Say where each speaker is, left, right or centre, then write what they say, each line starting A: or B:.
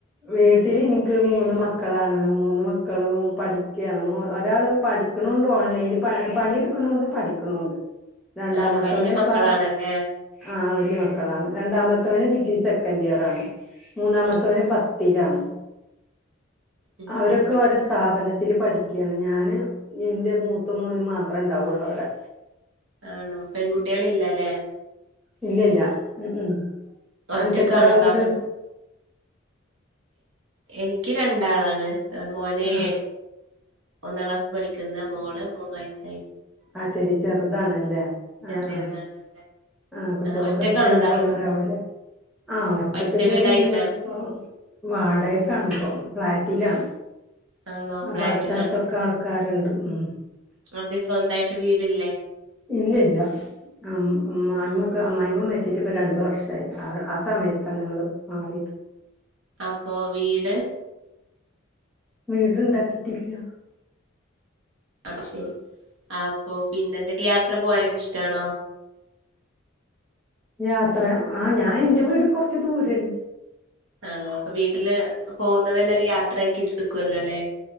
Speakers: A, in the centre; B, on the right.
A: വീട്ടിൽ നിക്ക് മൂന്ന് മക്കളാണ് മൂന്ന് മക്കളും പഠിക്കാണ് ഒരാള് പിടിക്ക്ണു. ഓൺലൈനിൽ പണിടുക്കണണ്ട് പടിക്കണണ്ട്. രണ്ടാമത്തവന്
B: ആണോ വലിയ മക്കളാണല്ലേ
A: ഇപ്പ ആ വലയ മക്കളാണ് രണ്ടാമത്തെ ത്തവന് ഡിഗ്രി സെക്കൻഡ് ഇയർ ആണ് മൂന്നാമത്തവന്
B: ആ
A: പത്തിൽാണ്
B: ഉം
A: അവരൊക്കെ
B: ഉം
A: വര സ്ഥാപനത്തി ത്തി പഠിക്കുകയാണ് ഞാന് എറെ മൂത്ത മോന് മാത്രം ഉണ്ടാവുള്ളൂ അവിടെ
B: ആണോ പെൺകുട്ടികൾ ഇല്ലല്ലെ
A: ഇല്ലല്ല ഉ ഉം
B: ഒറ്റക്കാണോ
A: എനക്ക് എത്ര ആളുണ്ട്
B: താമസ എനിക്ക് രണ്ടാളാണ് മോനെ
A: ആ
B: ഏ ഒന്നാം ക്ലാസ് പഠിക്കുന്ന മോള് മൂന്നാഴ്ച
A: ആഹ് ശെരി ചെറുതാണല്ലേ
B: ചെറിയതാണ്
A: ആ ആ ആഹ് കുട്ടികളൊക്കെ
B: ഒറ്റക്കാണോ
A: സ്കൂളിൽ
B: താമസി
A: പോണവരാവുല്ലേ ആഹ് ഒറ്റക്ക്
B: ഒറ്റ
A: വെച്ചാല്
B: വീടായിട്ടാണോ
A: ഞങ്ങളിപ്പോ വാടകക്കാണ് ഫ്ലാറ്റിലാണ്
B: ആണോ
A: അപ്പൊ
B: ഫ്ലാറ്റിലാണോ
A: അടുത്തടുത്തൊക്കെ ആൾക്കാരുണ്ട് ഉം
B: അതെ സ്വന്തായിട്ട് വീടില്ലേ
A: ഇല്ല ഇല്ല ആഹ് ആഹ് <unintelligible> അമ്മായിഅമ്മ മരിച്ചിട്ട് ഇപ്പ രണ്ടു വർഷമായി ആ സമയത്താണ് ഞങ്ങള് മാറിയത്.
B: അപ്പോ വീട്?
A: വീട് ഇണ്ടാക്കിട്ടില്ല്യ
B: ആഹ് ശരി ആപ്പൊ പിന്നെ എന്തൊക്കെ യാത്ര പോകാനൊക്കെ ഇഷ് റ്റാണോ
A: യാത്ര ആഹ് ഞാൻ ന്റെ വീട് കുറച്ച് ദൂരണ്
B: ആണോ അപ്പൊ വീട്ടില് പോകുന്നതന്നെ ഒരു യാത്രയാക്കിട്ട് എടുക്കുവല്ലോല്ലെ